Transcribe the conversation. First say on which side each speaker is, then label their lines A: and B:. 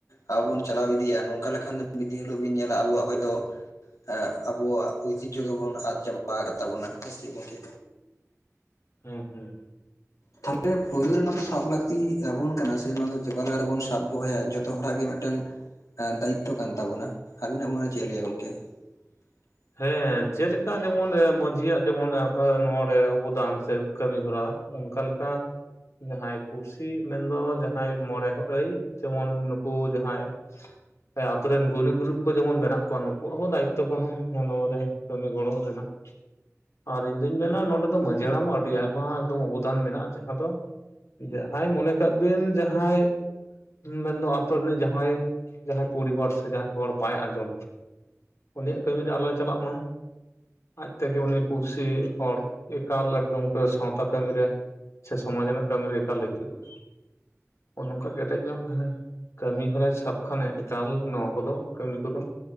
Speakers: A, on the left; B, on the left.
A: ᱟᱵᱚ ᱵᱚᱱ ᱪᱟᱞᱟᱣ ᱤᱫᱤᱭᱤᱭᱟ ᱱᱚᱝᱠᱟ ᱞᱮᱠᱷᱟᱱ ᱫᱚ ᱢᱤᱫ ᱫᱤᱱ ᱦᱤᱞᱳᱜ ᱵᱤᱱ ᱧᱮᱞᱟ ᱟᱵᱚᱣᱟᱜ ᱦᱚᱭᱛᱳ ᱮᱸᱜ ᱟᱵᱚᱣᱟᱜ ᱳᱭᱛᱤᱡᱷᱚ ᱜᱮᱵᱚᱱ ᱟᱫ ᱪᱟᱵᱟ ᱟᱠᱟᱫ ᱛᱟᱵᱚᱱᱟ ᱦᱮᱸ ᱥᱮ ᱪᱮᱫ ᱜᱚᱝᱠᱮ?
B: ᱦᱩᱸ ᱦᱩᱸ ᱦᱩᱸ ᱾
A: ᱛᱟᱦᱚᱞᱮ ᱯᱳᱭᱞᱳ ᱨᱮ ᱱᱚᱣᱟ ᱫᱚ ᱥᱟᱵ ᱞᱟᱹᱠᱛᱤ ᱟᱵᱚᱱ ᱠᱟᱱᱟ ᱥᱮ ᱱᱚᱣᱟ ᱫᱚ ᱪᱮᱠᱟ ᱞᱮᱠᱟ ᱠᱟᱛᱮᱵᱚᱱ ᱥᱟᱵ ᱫᱚᱦᱚᱭᱟ ᱡᱚᱛᱚ ᱦᱚᱲᱟᱜ ᱜᱮ ᱢᱤᱫᱴᱮᱱ ᱫᱟᱭᱤᱛᱛᱚ ᱠᱟᱱ ᱛᱟᱵᱚᱱᱟ ᱾ ᱟᱹᱵᱤᱱᱟᱜ ᱢᱚᱱᱮ ᱪᱮᱫ ᱮ ᱞᱟᱹᱭᱟ ᱜᱚᱝᱠᱮ <unintelligible>
B: ᱦᱮᱸ ᱡᱮᱞᱮᱠᱟ ᱡᱮᱢᱚᱱ ᱢᱟᱹᱡᱷᱤᱭᱟᱜ ᱡᱮᱢᱚᱱ ᱱᱚᱣᱟ ᱨᱮ ᱚᱵᱚᱫᱟᱱ ᱥᱮ ᱠᱟᱹᱢᱤ ᱦᱚᱨᱟ, ᱚᱱᱠᱟ ᱞᱮᱠᱟ, ᱡᱟᱦᱟᱸᱭ ᱯᱩᱲᱥᱤ ᱢᱮᱱ ᱫᱚ ᱡᱟᱦᱟᱸᱭ ᱢᱚᱬᱮ ᱦᱚ ᱟᱹᱭ ᱛᱮᱢᱚᱱ ᱱᱩᱠᱩ ᱡᱟᱦᱟᱸᱭ, ᱦᱮ ᱟᱛᱳ ᱨᱮᱱ ᱜᱩᱱᱤ ᱜᱩᱨᱤᱵᱽ ᱠᱚ ᱡᱮᱢᱚᱱ ᱢᱮᱱᱟᱜ ᱠᱚᱣᱟ ᱱᱩᱠᱩᱣᱟᱜ ᱦᱚᱸ ᱫᱟᱭᱤᱛ ᱛᱚ ᱠᱟᱱᱟ ᱱᱚᱣᱟ ᱨᱮ ᱠᱟᱹᱢᱤ ᱜᱚᱲᱚ ᱨᱮᱱᱟᱜ᱾ ᱟᱨ ᱤᱧ ᱫᱩᱧ ᱢᱮᱱᱟ ᱱᱚᱰᱮ ᱫᱚ ᱢᱟᱹᱡᱷᱤ ᱦᱟᱲᱟᱢ ᱦᱚᱸ ᱟᱹᱰᱤ ᱟᱭᱢᱟ ᱮᱠᱫᱚᱢ ᱚᱵᱚᱫᱟᱱ ᱢᱮᱱᱟᱜᱼᱟ ᱡᱟᱦᱟᱸ ᱫᱚ ᱡᱟᱦᱟᱸᱭ ᱢᱚᱱᱮ ᱠᱟᱜ ᱵᱤᱱ ᱡᱟᱦᱟᱸᱭ ᱢᱮᱱ ᱫᱚ ᱟᱛᱳ ᱨᱤᱱᱤᱡ ᱡᱟᱦᱟᱸᱭ, ᱡᱟᱦᱟᱸᱭ ᱯᱩᱨᱤᱵᱟᱨ ᱥᱮ ᱡᱟᱦᱟᱸᱭ ᱦᱚᱲ ᱵᱟᱭ ᱟᱸᱡᱚᱢ ᱮᱫᱟ ᱩᱱᱤᱭᱟᱜ ᱠᱟᱹᱢᱤ ᱨᱮ ᱟᱞᱚᱭ ᱪᱟᱞᱟᱜ ᱢᱟ, ᱟᱡ ᱛᱮ ᱜᱮ ᱩᱱᱤ ᱯᱩᱲᱥᱤ ᱦᱚᱲ ᱮᱠᱟᱞ ᱮᱠᱫᱚᱢ ᱠᱚ ᱥᱟᱶᱛᱟ ᱠᱟᱹᱢᱤ ᱨᱮ ᱥᱮ ᱥᱚᱢᱟᱡᱽ ᱨᱮᱱᱟᱜ ᱠᱟᱹᱢᱤ ᱨᱮ ᱮᱠᱟᱞᱮ ᱦᱤᱡᱩᱜᱼᱟ, ᱱᱚᱝᱠᱟ ᱠᱮᱴᱮᱡ ᱧᱚᱜ ᱦᱮ ᱠᱟᱹᱢᱤ ᱦᱚᱨᱟᱭ ᱥᱟᱵᱽ ᱠᱷᱟᱱᱮ ᱮᱠᱟᱞ ᱱᱚᱣᱟ ᱠᱚ ᱫᱚ ᱠᱟᱹᱢᱤ ᱠᱚ ᱫᱚ,